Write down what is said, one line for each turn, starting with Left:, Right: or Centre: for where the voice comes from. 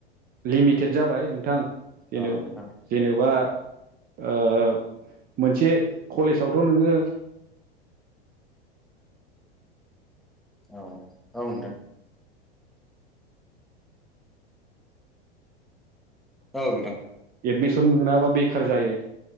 Right: लिमिटेड जाबाय नोंथां जेन'
Centre: औ नोंथां
Right: जेन'बा ओमोनसे कलेजावथ' नोङो
Centre: औ औ होनदों औ नोंथां ।
Right: एदमिसन मोनाबा बेखार जायो ।